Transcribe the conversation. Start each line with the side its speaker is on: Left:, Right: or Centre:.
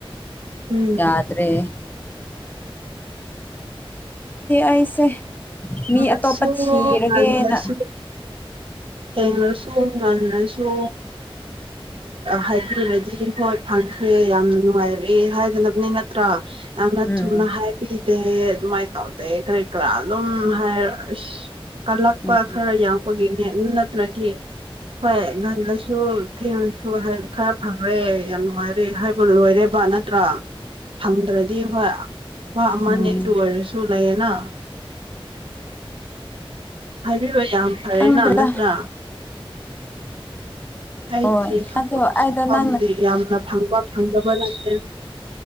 Right: ꯎꯝ
Left: ꯌꯥꯗ꯭ꯔꯦ ꯑꯣꯁꯦ
Right: ꯏꯪꯉꯁꯨ
Left: ꯃꯤ ꯑꯇꯣꯞꯄ
Right: ꯉꯜꯂꯁꯨ
Left: ꯊꯤꯔꯒꯦꯅ
Right: ꯊꯦꯡꯂꯁꯨ ꯉꯜꯂꯁꯨ ꯍꯥꯏꯕꯤꯔꯗꯤ ꯍꯣꯏ ꯐꯪ ꯁꯦ ꯌꯥꯝ ꯅꯨꯡꯉꯥꯏꯔꯦ ꯍꯥꯏꯒꯗꯕꯅꯤ ꯅꯠꯇ꯭ꯔꯥ ꯌꯥꯝꯅ
Left: ꯎꯝ
Right: ꯊꯨꯅ ꯍꯥꯏꯕꯤꯗꯦ ꯑꯗꯨꯃꯥꯏꯅ ꯇꯧꯗꯦ ꯀꯔꯤ ꯀꯔꯥ ꯑꯗꯨꯝ ꯎꯝ ꯍꯥꯏ ꯑꯁ ꯀꯜꯂꯛꯄ
Left: ꯎꯝ
Right: ꯈꯔ ꯌꯥꯎꯕꯒꯤꯅꯦ ꯑꯗꯨ ꯅꯠꯇ꯭ꯔꯗꯤ ꯍꯣꯏ ꯉꯒꯟꯁꯨ ꯊꯤꯝꯁꯨ ꯈꯔ ꯐꯔꯦ ꯌꯥꯝ ꯅꯨꯡꯉꯥꯏꯔꯦ ꯍꯥꯏꯕ ꯂꯣꯏꯔꯦꯕ ꯅꯠꯇ꯭ꯔꯥ ꯐꯪꯗ꯭ꯔꯗꯤ ꯍꯣꯏ ꯋꯥ ꯑꯃꯅꯦ
Left: ꯎꯝ
Right: ꯑꯗꯨ ꯑꯣꯏꯔꯁꯨ ꯂꯩꯌꯦꯦꯅ ꯍꯥꯏꯕꯤꯕ ꯌꯥꯝ ꯐꯔꯦꯅ
Left: ꯈꯪꯗ꯭ꯔꯦꯗ
Right: ꯅꯠꯇ꯭ꯔꯥ ꯑꯩꯗꯤꯪꯗꯤ
Left: ꯍꯣꯏ ꯑꯗꯣ ꯑꯩꯗꯣ ꯅꯪꯅ
Right: ꯌꯥꯝꯅ ꯐꯪꯕ ꯐꯪꯗꯕ ꯅꯠꯇꯦ